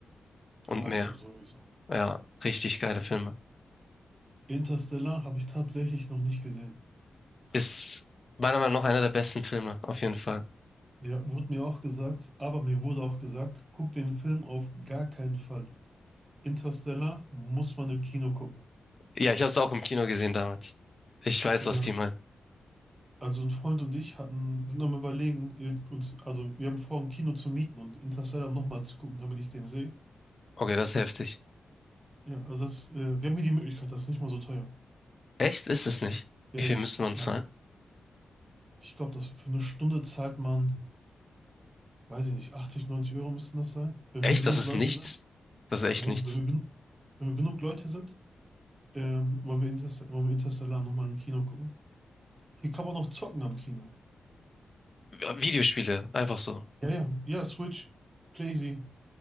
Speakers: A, on the left; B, on the right.
A: und
B: der Waldkampf
A: mehr.
B: sowieso.
A: Ja, richtig geile Filme.
B: Interstellar habe ich tatsächlich noch nicht gesehen.
A: Ist meiner Meinung nach einer der besten Filme, auf jeden Fall.
B: Ja, wurde mir auch gesagt, aber mir wurde auch gesagt, guck den Film auf gar keinen Fall. Interstellar muss man im Kino gucken.
A: Ja, ich habe es auch im Kino gesehen damals. Ich weiß,
B: Ja,
A: was die meinen.
B: Also ein Freund und ich hatten, sind am Überlegen, eh, uns, also wir haben vor, ein Kino zu mieten und Interstellar nochmal zu gucken, damit ich den sehe.
A: Okay, das ist heftig.
B: Ja, also das, äh, wir haben hier die Möglichkeit, das ist nicht mal so teuer.
A: Echt? Ist es nicht?
B: Ja,
A: Wie viel
B: ja,
A: müssen wir uns
B: nein,
A: zahlen?
B: nein. Ich glaube, dass für eine Stunde zahlt man, weiß ich nicht, 80, 90 Euro müssen das sein, wenn
A: Echt?
B: wir genug
A: Das ist
B: Leute
A: nichts.
B: sind.
A: Das ist echt
B: Ja,
A: nichts.
B: ja, wenn wir, genu wenn wir genug Leute sind, ähm, wollen wir Interstellar, wollen wir Interstellar nochmal im Kino gucken. Hier kann man noch zocken am Kino.
A: Videospiele, einfach so.
B: Ja, ja, ja, Switch, Playsee,